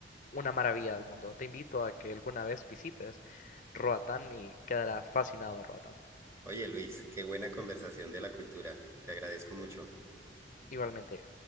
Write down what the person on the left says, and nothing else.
una maravilla del mundo. Te invito a que alguna vez visites Roatán y quedarás fascinado de Roatán.
Igualmente yo.